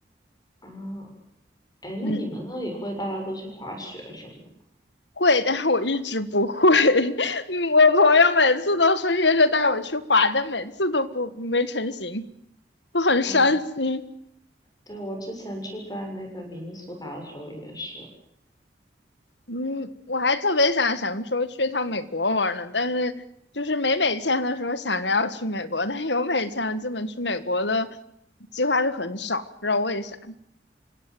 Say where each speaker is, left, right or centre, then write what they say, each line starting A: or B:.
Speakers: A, on the left; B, on the left.
A: 啊，哎，那你们那里会大家都去滑雪什么
B: 嗯。会，但是我一直不会。<laughs> 嗯，我朋友每次都说约着带我去滑，但每次都不没成行，
A: 的吗？
B: 都很伤心。
A: 哦，对，我之前住在那个明尼苏达的时候也是，
B: 嗯，我还特别想什么时候去趟美国玩呢，但是就是没美签的时候想着要去美国，但是有美签了基本去美国的计划就很少，不知道为啥。